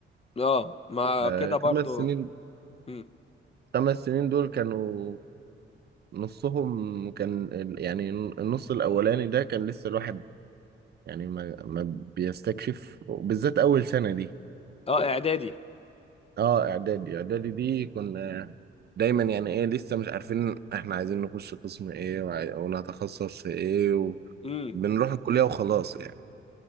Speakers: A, on the left; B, on the right.
A: اه ما
B: آه،
A: كده برضه
B: خمس سنين
A: مم.
B: خمس سنين دول كانوا نصهم كان ال- يعني النص الأولاني ده كان لسه الواحد يعني ما ما بيستكشف بالذات أول سنة دي
A: اه اعدادي
B: اه إعدادي إعدادي دي كنا دايما يعني ايه لسه مش عارفين احنا عايزين نخش قسم ايه وعاي- ونتخصص في ايه
A: امم
B: وبنروح الكلية وخلاص يعني